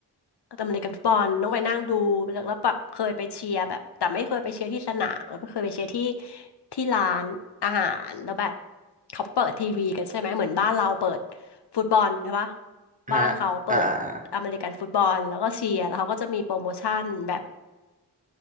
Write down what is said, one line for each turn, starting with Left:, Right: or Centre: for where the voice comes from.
Left: อเมริกันฟุตบอลต้องไปนั่งดูแล้วแล้วแบบเคยไปเชียร์แบบแต่ไม่เคยไปเชียร์ที่สนามแล้วก็เคยไปเชียร์ที่ที่ร้านอาหารแล้วแบบเขาเปิดทีวีกันใช่ไหมเหมือนบ้านเราเปิดฟุตบอลใช่ปะบ้านเขาเปิดอเมริกันฟุตบอลแล้วก็เชียร์แล้วเขาก็จะมีโปรโมชั่นแบบ
Right: ฮะอ่าอ่าอ่าอ่